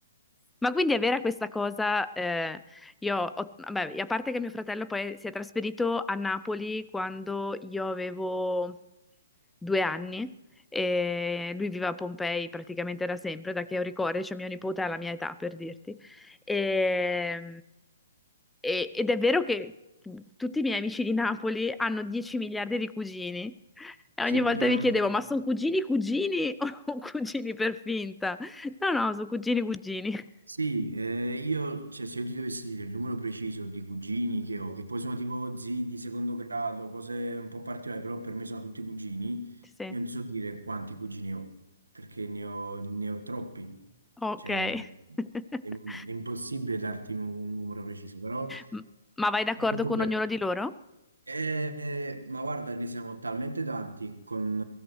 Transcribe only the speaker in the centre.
Ma quindi è vera questa cosa? eh, io, ho- vabbè, a parte che mio fratello poi si è trasferito a Napoli quando io avevo due anni e lui vive a Pompei praticamente da sempre, da che ho ricordo, cioè mio nipote ha la mia età per dirti. E- e- ed è vero che tutti i miei amici di Napoli hanno 10 miliardi di cugini e ogni
volta
mi
chiedevo, ma sono cugini cugini <laughs> o cugini per finta? No, no, sono cugini cugini.
Sì.
Ok.
<laughs>
M- Ma vai d'accordo
con
ognuno di loro?